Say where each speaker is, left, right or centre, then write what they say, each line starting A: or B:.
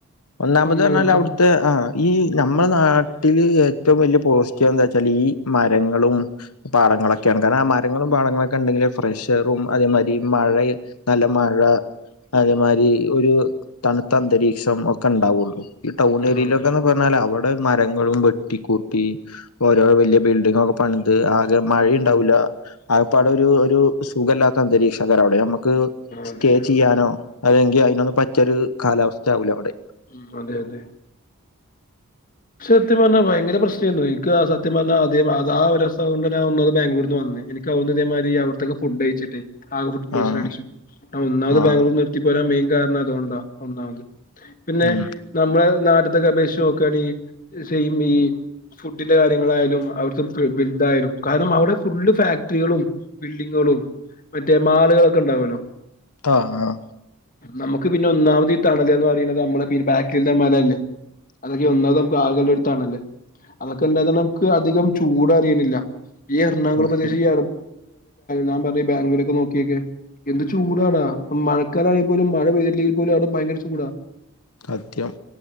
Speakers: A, on the left; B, on the left.
A: ഒന്നാമത്
B: നമ്മളെ
A: പറഞ്ഞാൽ
B: ഇവിടുത്തെ
A: അവിടുത്തെ ആഹ് ഈ നമ്മുടെ നാട്ടില് ഏറ്റവും വലിയ പോസിറ്റീവ് എന്താ വച്ചാല് ഈ മരങ്ങളും പാടങ്ങളൊക്കെയാണ് കാരണം ആ മരങ്ങളും പാടങ്ങളൊക്കെ ഇണ്ടെങ്കിലെ ഫ്രഷ് എയറും അതേ മാതിരി മഴയും നല്ല മഴ അതേമാതിരി ഒരു തണുത്ത അന്തരീക്ഷം ഒക്കെ ഇണ്ടാവുള്ളൂ ഈ ടൗൺ ഏരിയയിലൊക്കെന്ന്
B: ആഹ്
A: പറഞ്ഞാൽ അവിടെ മരങ്ങളും വെട്ടിക്കൂട്ടി വലിയ ബിൽഡിംഗ് ഒക്കെ പണിത് ആകെ മഴയും ഉണ്ടാവില്ല ആകപ്പാടെ ഒരു ഒരു സുഖമില്ലാത്ത അന്തരീക്ഷ പറയാ അവിടെ നമുക്ക് സ്റ്റേ
B: അതെ
A: ചെയ്യാനോ അതെങ്കിൽ അതിനൊന്നും പറ്റിയ ഒരു കാലാവസ്ഥയാവില്ല അവിടെ
B: മ്മ് അതേ അതെ സത്യം പറഞ്ഞാ ഭയങ്കര പ്രശ്നാരുന്നു എനിക്ക് ആ സത്യ പറഞ്ഞാ അ അത് ആ ഒരു അവസ്ഥ കൊണ്ടാ ഞാൻ വന്നത് ബാംഗ്ലൂർ നിന്ന് വന്നേ എനിക്കവുന്ന ഇതേമാതിരി അവിടത്തൊക്കെ ഫുഡ് കയിച്ചിട്ടെ ആ ഫുഡ് പോയിസൺ
A: ആഹ്
B: അടിച്ചു ഒന്നാമത്
A: ആഹ്
B: ബാംഗലൂര് നിർത്തി പോരാൻ മെയിൻ കാരണം അതുകൊണ്ടാ ഒന്നാമത് പിന്നെ
A: ഉം
B: നമ്മളെ നാട്ടുത്തൊക്കെ അപേക്ഷിച്ച് നോക്കുവാണെങ്കി സെയിം ഈ ഫുഡിന്റെ കാര്യങ്ങളായാലും അവിടുത്തെ ബലുതായാലും കാരണം അവിടെ ഫുള്ള് ഫാക്ടറികളും ബിൽഡിങ്ങുകളും മറ്റേ മാളുകളൊക്കെ ഉണ്ടാവൂല്ലോ
A: ആഹ് ആഹ്
B: നമുക്ക് പിന്നെ ഒന്നാമത് ഈ തണലന്ന് പറയണത് നമ്മളെ ബാക്കിലത്തെ മലയല്ലേ അതൊക്കെ ഒന്നാത് നമുക്ക് ആകെ ഉള്ളൊരു തണല് അതൊക്കെ ഉണ്ടായത് നമുക്ക് അധികം ചൂട് അറിയണില്ല ഈ എറണാകുളം
A: സത്യം
B: പ്രദേശം <unintelligible> ഞാൻ പറഞ്ഞ ഈ ബാഗ്‌ളൂരൊക്കെ നോക്കിയൊക്കെ എന്ത് ചൂടാടാ മഴക്കാലം ആണെങ്കിൽ പോലും മഴ പെയ്ല്ലെങ്കിൽ പോലും അവിടെ ഭയങ്കര ചൂടാ
A: സത്യം